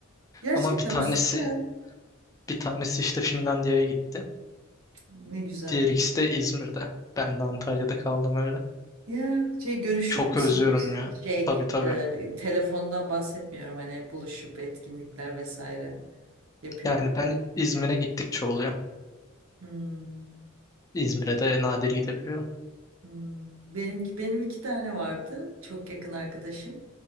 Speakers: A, on the right; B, on the left.
A: Gerçekten
B: Ama bir tanesi
A: süper.
B: bir tanesi işte Finlandiya'ya gitti.
A: Ne güzel.
B: Diğer ikisi de İzmir'de. Ben de Antalya'da kaldım öyle.
A: Ya şey görüşüyor
B: Çok
A: musunuz?
B: özlüyorum ya.
A: Şey
B: Tabii tabii.
A: e, telefondan bahsetmiyorum hani buluşup etkinlikler vesaire yapıyor
B: Yani
A: musunuz?
B: ben İzmir'e gittikçe oluyor.
A: Hmm,
B: İzmir'e de nadir gidebiliyorum.
A: hmm. Benimki benim iki tane vardı çok yakın arkadaşım.